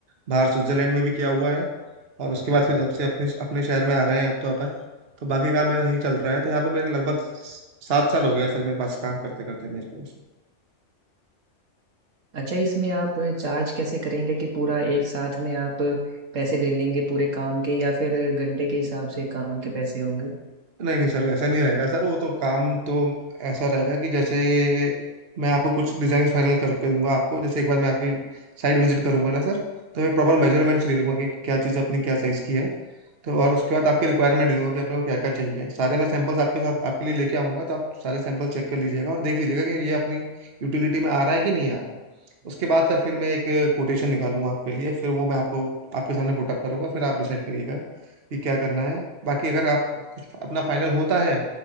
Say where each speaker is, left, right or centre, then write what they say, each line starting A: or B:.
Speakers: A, on the right; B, on the right.
A: बाहर स्विट्जरलैंड में भी किया हुआ है और उसके बाद फिर जब से अपने अपने शहर में आ गए हैं अब तो अपन तो बाकी काम मेरा यही चल रहा है तो यहाँ पे मेरे लगभग सात साल हो गया सर मेरे पास काम करते करते मेरे को
B: अच्छा इसमें आप चार्ज कैसे करेंगे कि पूरा एक साथ में आप पैसे ले लेंगे पूरे काम के या फिर घंटे के हिसाब से काम के पैसे होंगे
A: नहीं नहीं सर ऐसा नहीं रहेगा सर वो तो काम तो ऐसा रहेगा कि जैसे मैं आपको कुछ डिजाइन फाइनल करके दूंगा आपको जैसे एक बार मैं आपकी साइट विजिट करूंगा ना सर तो मैं प्रॉपर मेजरमेंट्स ले लूंगा कि क्या चीज़ अपनी क्या साइज़ की है तो और उसके बाद आपके रिक्वायरमेंट ले लूंगा कि आपने को क्या क्या चाहिए सारे मैं सैंपल्स आपके साथ आपके लिए लेके आऊंगा तो आप सारे सैंपल चेक कर लीजिएगा और देख लीजिएगा कि ये अपनी यूटिलिटी में आ रहा है कि नहीं आ रहा है उसके बाद सर फिर मैं एक कोटेशन निकालूंगा आपके लिए फिर वो मैं आपको आपके सामने पुटअप करूंगा फिर आप डिसाइड करिएगा कि क्या करना है बाकी अगर आप कुछ अपना फाइनल होता है